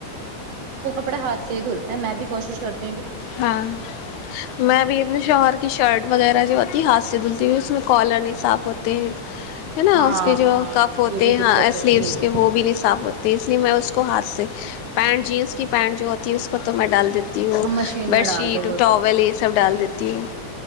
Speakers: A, on the right; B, on the left.
A: اپڑ ہاتھ سے ہی دھلتا ہے میں بھی کوشش کرتا
B: ہاں میں بھی اپنے شوہر کی شرٹ وغیرہ جو وتی ہاد سے تو اس میں کالر نہیں صاف ہوتے ہیں ہے نا
A: ہاں
B: اس کے جو
A: ہاں
B: کف ہوتے
A: یہ بھی
B: ہیں
A: دقت
B: سلیوس
A: ہے جی جی
B: کے وہ بھی نہیں صاف ہوتے اس لیے میں اس کو ہاتھ سے پینٹ جینس کی پینٹ جو ہوتی ہے اس کو تو میں ڈال دیتی تو وہ
A: ہم مشین
B: بیڈ
A: میں
B: شیٹ
A: ڈال دو وہ
B: ٹاول
A: تو
B: یہ سب ڈال دیتی